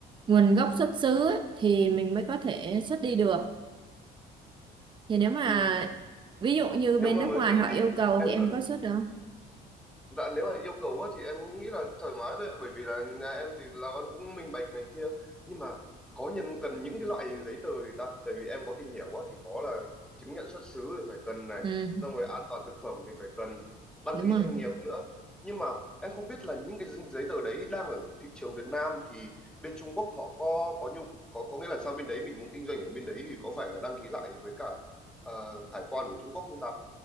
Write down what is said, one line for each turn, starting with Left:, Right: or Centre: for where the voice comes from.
Right: nguồn gốc xuất xứ ấy, thì mình mới có thể xuất đi được thì nếu mà
Centre: Ừ.
Right: ví dụ như
Centre: nếu
Right: bên
Centre: mà
Right: nước
Centre: mới
Right: ngoài
Centre: vậy
Right: họ
Centre: thì
Right: yêu cầu
Centre: em
Right: thì em
Centre: cần
Right: có xuất được không?
Centre: Dạ, nếu mà yêu cầu á, thì em nghĩ là thoải mái thôi ạ bởi vì là nhà em thì làm ăn cũng minh bạch này kia nhưng mà có nhân cần những cái loại giấy tờ gì ta tại vì em có tìm hiểu á, thì có là chứng nhận xuất xứ thì phải cần này
Right: Ừ,
Centre: xong rồi an toàn thực phẩm thì phải cần đăng
Right: đúng
Centre: ký
Right: rồi.
Centre: doanh nghiệp nữa nhưng mà em không biết là những cái giấy tờ đấy đang ở thị trường Việt Nam thì bên Trung Quốc họ có có nhu có có nghĩa là sang bên đấy mình muốn kinh doanh ở bên đấy thì có phải là đăng ký lại với cả ờ, hải quan của Trung Quốc không ta